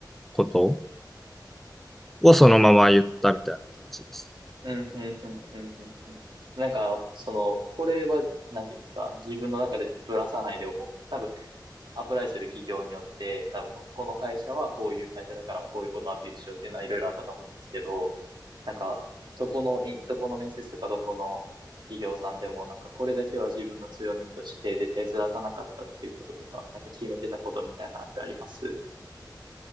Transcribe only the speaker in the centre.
ことをそのまま言ったみたいな感じです。